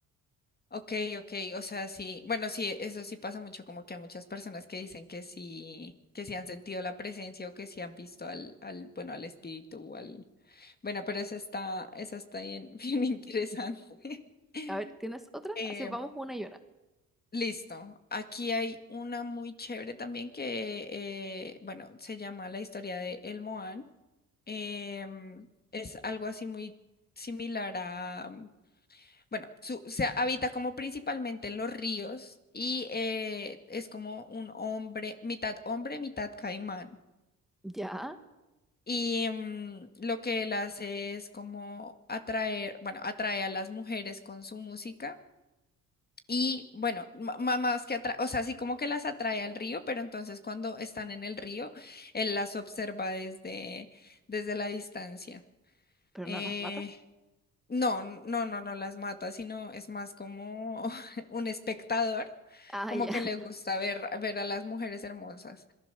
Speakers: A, on the left; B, in the centre.
A: Ok, ok. O sea, sí. Bueno, sí, eso sí pasa mucho, como que hay muchas personas que dicen que sí, que sí han sentido la presencia o que sí han visto al, al, bueno, al espíritu o al... Bueno, pero esa está, esa está bien, <laughs> bien interesante. <laughs>
B: A ver, ¿tienes otra?
A: Em,
B: Así vamos una y una.
A: Listo. Aquí hay una muy chévere también que, eh, bueno, se llama La historia de El Moán. Em, es algo así muy similar a, mm, bueno, su- se habita como principalmente en los ríos y eh, es como un hombre, mitad hombre, mitad caimán.
B: Ya,
A: Y mm, lo que él hace es como atraer, bueno, atrae a las mujeres con su música Y bueno, ma- ma- más que atrae, o sea, sí como que las atrae al río, pero entonces cuando están en el río, él las observa desde, desde la distancia.
B: pero
A: Eh,
B: no las mata.
A: no, no, no, no las mata, sino es más como <laughs> un espectador,
B: Ah,
A: como
B: ya.
A: que
B: <laughs>
A: le gusta ver, ver a las mujeres hermosas.